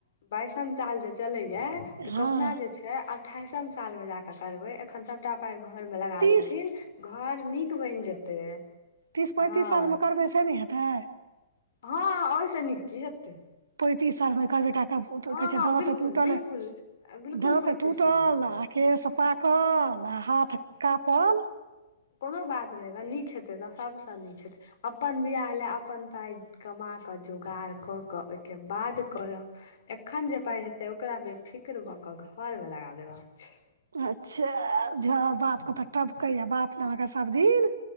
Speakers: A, on the left (about 60°); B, on the right (about 75°).
A: बाइसम साल जे चलैयै तऽ
B: हँ
A: कहुना जे छै अठाईसम साल में जा क त करबै एखन सबटा पाई घर में लगा
B: तीस
A: देथिन घर नीक बइन जेतै।
B: तीस-पैंतीस
A: हँ
B: साल में करबै से नै हेतै?
A: हां ओय से नीक की हेतै?
B: पैंतीस साल में एकर बेटा के पूत
A: हँ
B: कहे
A: हँ
B: छै दाँतो
A: बिलकुल
B: टूटल‌
A: बिलकुल
B: ए
A: बिलकुल
B: दाँत
A: पैंतीस
B: टूटल
A: सालमे करबै
B: ए। केस पाकल आ हाथ कापल
A: कोनो बात नै नीक हेतै न सबसे नीक हेतै। अपन बियाह लए अपन पाई कमा कऽ, जोगाड़ कऽ-कऽ ओय के बाद करब। एखन जे पाई हेतै ओकरा बेफिक्र भऽ कऽ घर में लगा देबाक छै।
B: अच्छा झ अहा बापके तऽ टबकैए बाप न अहाँके सब दिन